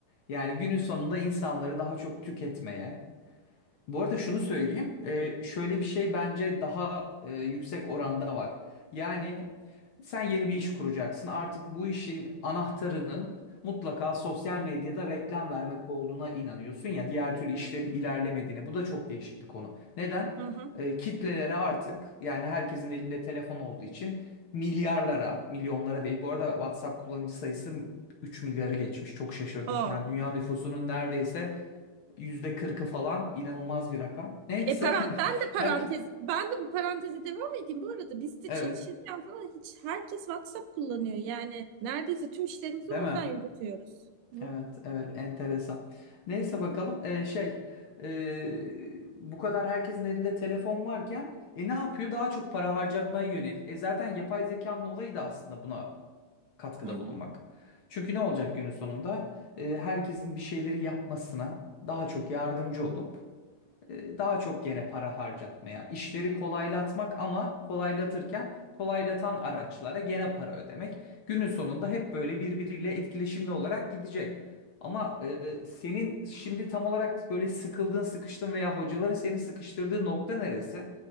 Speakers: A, on the left; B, on the right.
A: Yani günün sonunda insanları daha çok tüketmeye, Bu arada şunu söyleyeyim. Ee, şöyle bir şey bence daha e, yüksek oranda var. Yani sen yeni bir iş kuracaksın. Artık bu işin anahtarının mutlaka sosyal medyada reklam vermek olduğuna inanıyorsun ya. Diğer türlü işlerin ilerlemediğine. Bu da çok değişik bir konu. Neden?
B: Hı hı.
A: Ee, kitlelere artık yani herkesin elinde telefon olduğu için milyarlara, milyonlara değil. Bu arada WhatsApp kullanıcı sayısı 3 milyarı geçmiş. Çok şaşırdım.
B: O.
A: Yani dünya nüfusunun neredeyse Yüzde kırkı falan inanılmaz bir rakam. Neyse
B: E, parant ben
A: <laughs>
B: de
A: herkes
B: parantez ben de bu paranteze devam edeyim. Bu arada biz de
A: evet
B: çalışırken falan hiç herkes WhatsApp kullanıyor. Yani neredeyse tüm işlerimizi
A: değil
B: oradan
A: mi?
B: yürütüyoruz. Hı
A: Evet evet enteresan. Neyse bakalım Ee, şey ee, bu kadar herkesin elinde telefon varken e ne yapıyor? Daha çok para harcatmaya yönelik. E zaten yapay zekanın olayı da aslında buna katkıda
B: hı.
A: bulunmak. Çünkü ne olacak günün sonunda? Ee, herkesin bir şeyleri yapmasına daha çok yardımcı olup e, daha çok gene para harcatmaya, işleri kolaylatmak ama kolaylatırken kolaylatan araçlara gene para ödemek. Günün sonunda hep böyle birbiriyle etkileşimli olarak gidecek. Ama e, senin şimdi tam olarak böyle sıkıldığın, sıkıştın veya hocaların seni sıkıştırdığı nokta neresi?